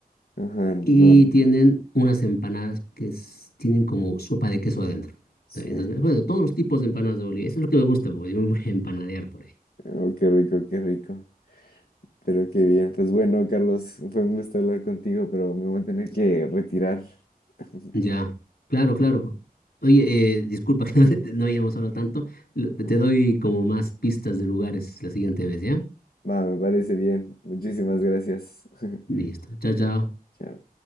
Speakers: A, on the left; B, on the left.
A: Ajá, no.
B: Y
A: no,
B: tienen unas empanadas que es- tienen como sopa de queso adentro.
A: Sí.
B: También esas me- bueno, todos los tipos de empanadas de Bolivia. Eso es lo que me gusta, porque yo me voy a empanadear por ahí.
A: Oh, qué rico, qué rico. Pero qué bien, pues bueno, Carlos, fue un gusto hablar contigo, pero me voy a tener que retirar. <laughs>
B: Ya, claro, claro. Oye, eh, disculpa <laughs> que no, te- no hayamos hablado tanto. Lo-
A: Ujú.
B: Te doy como más pistas de lugares la siguiente vez, ¿ya?
A: Va, me parece bien. Muchísimas gracias. <laughs>
B: Listo. Chao, chao.
A: Chao.